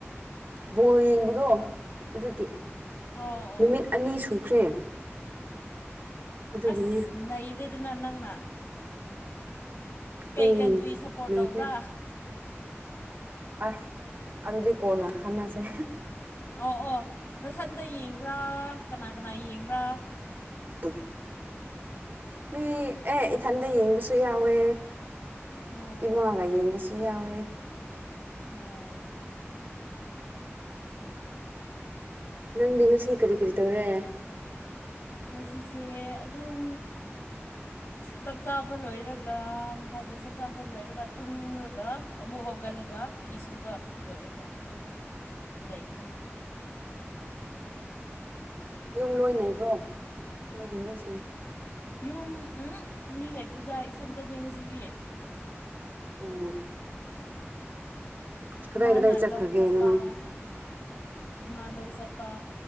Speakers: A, on the right; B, on the left.
A: ꯕꯣ ꯌꯦꯡꯕꯗꯣ ꯑꯗꯨꯒꯤ
B: ꯑꯣ ꯑꯣ
A: ꯅꯨꯃꯤꯠ
B: ꯑꯣ
A: ꯑꯅꯤ ꯁꯨꯈ꯭ꯔꯦ ꯑꯗꯨꯒꯤꯅꯦ
B: ꯑꯁ ꯅꯩꯔꯦꯗꯅ ꯅꯪꯅ ꯀꯩ
A: ꯎꯝ
B: ꯀꯟꯇ꯭ꯔꯤ ꯁꯞꯄꯣꯔꯠ
A: ꯂꯩꯈ꯭ꯔꯦ
B: ꯇꯧꯕ꯭ꯔꯥ
A: ꯑꯁ ꯑꯗꯨꯗꯤ ꯀꯣꯟꯅ ꯍꯅꯁꯦ
B: ꯑꯣ ꯑꯣ ꯅꯊꯟꯗ ꯌꯦꯡꯕ꯭ꯔꯥ ꯀꯅꯥ ꯀꯅꯥ ꯌꯦꯡꯕ꯭ꯔꯥ
A: ꯎ ꯃꯤ ꯑꯦ ꯏꯊꯟꯗ ꯌꯦꯡꯕꯁꯨ ꯌꯥꯎꯋꯦ
B: ꯑꯣ
A: ꯏꯃꯥꯒ ꯌꯦꯡꯕꯁꯨ ꯌꯥꯋꯦ
B: ꯑꯣ
A: ꯅꯪꯗꯤ ꯉꯁꯤ ꯀꯔꯤ ꯀꯔꯤ ꯇꯧꯔꯦ
B: ꯁꯤꯁꯦ ꯑꯗꯨꯝ ꯆꯥꯛ ꯆꯥꯕ ꯂꯣꯏꯔꯒ ꯉꯁꯥꯏꯗ ꯆꯥꯕ ꯂꯣꯏꯔꯒ ꯇꯨꯝꯔꯒ ꯑꯃꯨꯛ ꯍꯧꯒꯠꯂꯒ ꯐꯤ ꯁꯨꯕ ꯂꯣꯏꯔꯒ ꯑꯗꯨꯝ ꯂꯩꯗꯅꯦ
A: ꯌꯨꯝ ꯂꯣꯏ ꯂꯩꯩꯕ꯭ꯔꯣ ꯅꯣꯏꯒꯤ ꯃꯤꯁꯤꯡ
B: ꯌꯨꯝ ꯎꯝ ꯃꯤ ꯂꯩꯔꯤꯛꯇꯨꯗ ꯏꯊꯟꯇꯅꯦ ꯉꯁꯤꯗꯤ
A: ꯑꯣ ꯀꯗꯥꯏ
B: ꯏꯃꯥꯅ
A: ꯀꯗꯥꯏ ꯆꯠꯈ꯭ꯔꯒꯦ
B: ꯂꯧ ꯆꯄ
A: ꯅꯪ
B: ꯏꯃꯥ ꯂꯧ ꯆꯄ ꯅꯨꯄꯥ